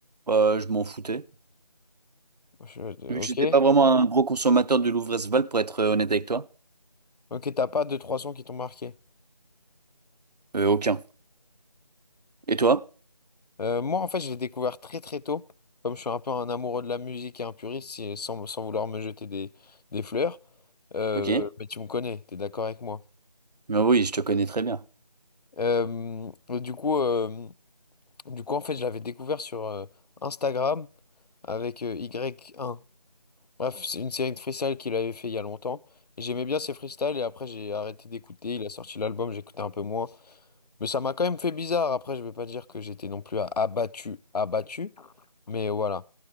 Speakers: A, on the right; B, on the left.
A: Euh, je m'en foutais.
B: Je-
A: Vu
B: Ok,
A: que j'étais pas vraiment un gros consommateur de Louvre-Esval, pour être euh, honnête avec toi.
B: ok, t'as pas deux, trois sons qui t'ont marqué.
A: Euh, aucun. Et toi?
B: Euh, moi, en fait, je l'ai découvert très, très tôt. Comme je suis un peu un amoureux de la musique et un puriste, c'est- sans, sans vouloir me jeter des, des fleurs. Euh,
A: Ok.
B: mais tu me connais, t'es d'accord avec moi.
A: Mais oui, je te connais très bien.
B: Euh, du coup, euh, du coup, en fait, je l'avais découvert sur euh, Instagram avec euh, Y1. Bref, c'est une série de freestyle qu'il avait fait il y a longtemps. Et j'aimais bien ses freestyles et après j'ai arrêté d'écouter. Il a sorti l'album, j'écoutais un peu moins. Mais ça m'a quand même fait bizarre. Après, je vais pas dire que j'étais non plus abattu, abattu. Mais voilà.